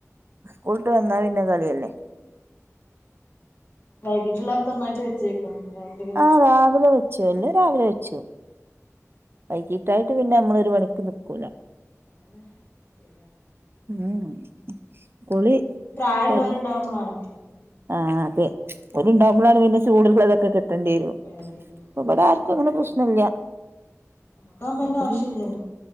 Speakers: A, on the right; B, on the left.
A: കൂൾട്ട് വന്ന പിന്നെ കളിയല്ലേ
B: വൈകിട്ട്ള്ളക്കെന്നായിട്ട് വെച്ചേ രാത്രി
A: ആഹ് രാവിലെ വെ ച്ചല്ല് രാവിലെ വെച്ചോ വൈകീട്ടായിട്ട് പിന്നെ മ്മൾ ഒരു വണിക്ക് നിക്കൂല
B: ഏഹ് ശരിയാണ്
A: ഉം കുളി
B: പ്രായമുള്ളവരുണ്ടാവുമ്പോളാണ്
A: പ ആഹ് അതെ ഒല്ണ്ടാവുമ്പോളാണ് പിന്നെ ചൂട്ള്ളതൊക്കെ കിട്ടണ്ടിരു
B: വേണ്ടിവരുള്ളൂ
A: ഇവിടെ ആര് അങ്ങനെ പ്രശ്നല്ല
B: മക്ക് അമ്മന്റെ
A: അപ്പൊ
B: ആവശ്യംല്ലല്ലോ
A: പിന്നെ